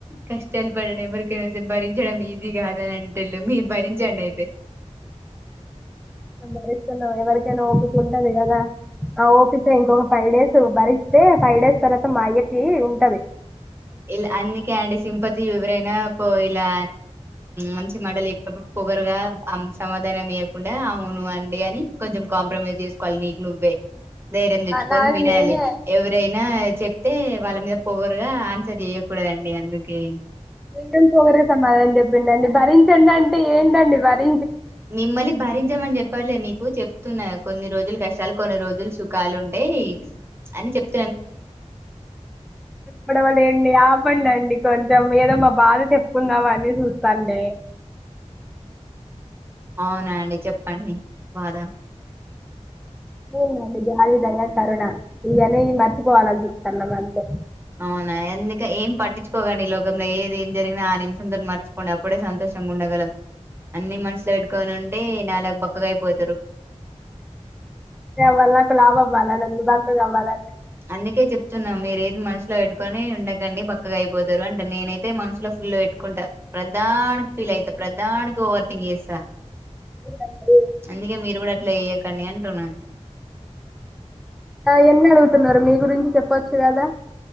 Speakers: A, on the right; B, in the centre.
A: కష్టాలు పడడం ఎవరికైనా భరించడం ఈజీ కాదని అంటేళ్ మీరు భరించండి అయితే
B: భరిస్తున్నాం ఎవరికైనా ఓపిక ఉంటది కదా ఆ ఓపిస్తే ఇంకొక ఫైవ్ డేస్ భరిస్తే ఫైవ్ డేస్ తర్వాత మాగట్టి ఉంటది
A: ఇలా అందుకే అండి సింపతి ఎవరైనా ఇలా మంచి మటలు ఎప్పినప్పుడు పొగరుగా సమాధానం ఇవ్వకుండా అవును అండి అని కొంచెం కాంప్రమైజ్ చేసుకోవాలి నీకు నువ్వే ధైర్యం తెచ్చుకొని
B: నాకు
A: వినాలి
B: నేనే
A: ఎవరైనా చెప్తే వాళ్ళ మీద పొవరుగాన్స సరి చెయకూడదండి అందుకే
B: మీ పోరే సమాధం పండి భరించండి అంటే ఏంటండి మరి
A: నిమ్మలి బార జ మండి చెప్ చెప్పర్లేదు మీకు చెప్తున్నా కొన్ని రోజులు కష్టాలు కొన్ని రోజులు సుఖాలు ఉంటాయి అని చెప్
B: పడవలేండి ఆపండి అండి కొంచెం ఏదో మా బాధ చెప్పుకుందామ అని చూస్తాండి
A: అవునా అండి చెప్పండి బాధా
B: ఊ మళ్ళీ జాలి దయ కరుణ ఈ అనేగి మర్చిపోవాలని చూత్తన్నము అంతే
A: అవునా ఎందుక ఏం పట్టించుకోగండి ఈ లోకంలో ఏది ఏం జరిగినా ఆ నిమిషంతో మర్చుపోండి అప్పుడే సంతోషంగా ఉండగలం అన్ని మనసులో పెట్టుకొని ఉంటే నాలగ బక్కగా అయిపోతారు
B: వళ నాకు లాభ అ్వాల అ బాక అవ్వాల
A: అందుకే చెప్తున్నా మీరు ఏ మనసులో పెట్టుకొని ఉండకండి పక్కగా అయిపోతారు అంటే నేనయితే మనసులో ఫుల్ పెట్టుకుంటా ప్రత్ దానికి ఫీల్ అయ్యితావ్ ప్రత్ దానికి ఓవర్ థింక్ చేసా
B: మీరందరూ
A: అందుకే మీరు కూడా అట్లా చెయ్యకండి అంటున్నా
B: నా యన్ని అడుగుతున్నారు మీ గురించి చెప్పచ్చు కదా